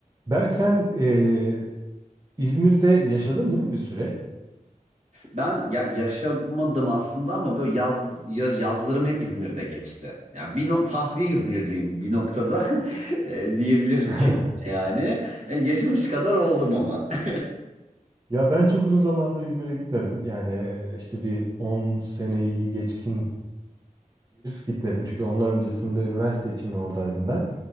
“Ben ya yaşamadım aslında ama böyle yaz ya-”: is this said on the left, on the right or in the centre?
Right